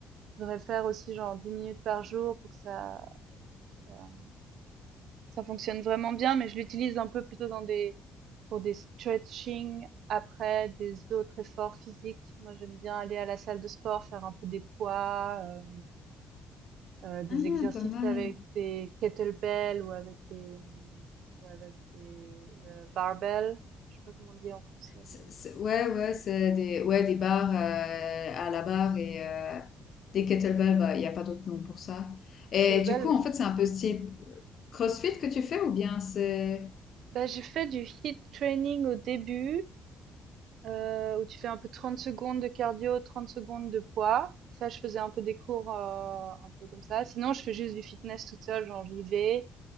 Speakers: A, on the right (about 65°); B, on the left (about 45°).
A: je devrais faire aussi genre 10 minutes par jour pour que ça, pour que ça Ça fonctionne vraiment bien, mais je l'utilise un peu plutôt dans des, pour des stretching après des autres efforts physiques. Moi, j'aime bien aller à la salle de sport, faire un peu des poids, euh, euh, des
B: Ah,
A: exercices
B: pas mal.
A: avec des kettlebells ou avec des, ou avec des, le barbell. Je sais pas comment on dit en français,
B: C'est-
A: le
B: c'est- ouais, ouais, c'est des, ouais, des barres euh, à la barre et euh, des kettlebells, bah, il n'y a pas d'autre nom pour ça. Et
A: kettlebell.
B: du coup, en
A: je-
B: fait, c'est un peu style euh, CrossFit que tu fais ou bien c'est...
A: Bah, j'ai fait du hit training au début, heu, où tu fais un peu 30 secondes de cardio, 30 secondes de poids. Ça, je faisais un peu des cours, heu, un peu comme ça. Sinon, je fais juste du fitness toute seule, genre j'y vais,